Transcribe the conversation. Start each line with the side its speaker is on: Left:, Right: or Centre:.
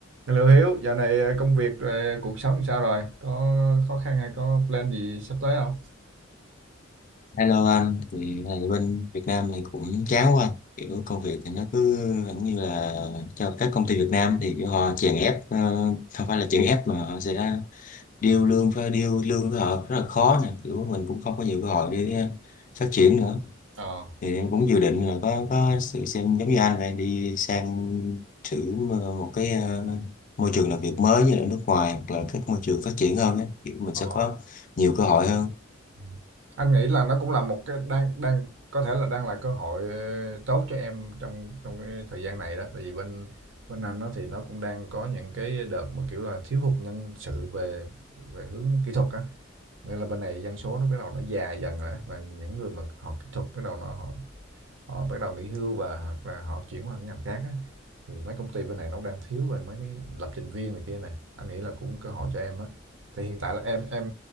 Right: Liệu Hiếu, dạo này ờ, công việc, ờ, cuộc sống làm sao rồi? Có khó khăn hay có plan gì sắp tới không?
Left: Hello anh, thì này bên Việt Nam này cũng chán quá anh. Kiểu công việc thì nó cứ vẫn như là cho các công ty Việt Nam thì kiểu họ chèn ép, ờ, không phải là chèn ép mà họ sẽ deal lương với deal lương với họ rất là khó nè. Kiểu mình cũng không có nhiều cơ hội để ờ, phát triển nữa.
Right: Ờ,
Left: Thì em cũng dự định là có có sự xem giống như anh này đi sang thử m- một cái ờ, môi trường làm việc mới như là nước ngoài hoặc là các môi trường phát triển hơn đấy. Kiểu mình
Right: ờ.
Left: sẽ có nhiều cơ hội hơn.
Right: ừ. Anh nghĩ là nó cũng là một cái đang đang có thể là đang là cơ hội ờ, tốt cho em trong trong cái thời gian này đó. Tại vì bên bên anh nó thì nó cũng đang có những cái đợt mà kiểu là thiếu hụt nhân sự về về hướng kỹ thuật á. Nên là bên này dân số nó bắt đầu nó già dần rồi á. và những người mà họ kỹ thuật bắt đầu nó họ Họ bắt đầu nghỉ hưu và hoặc là họ chuyển qua ngành khác á, thì mấy công ty bên này nó đang thiếu về mấy cái lập trình viên này kia này. Anh nghĩ là cũng cơ hội cho em á. Thì hiện tại là em em